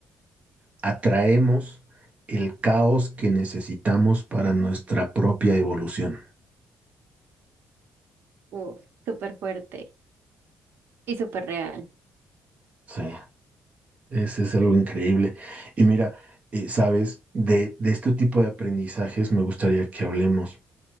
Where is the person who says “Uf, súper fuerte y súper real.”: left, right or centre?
Right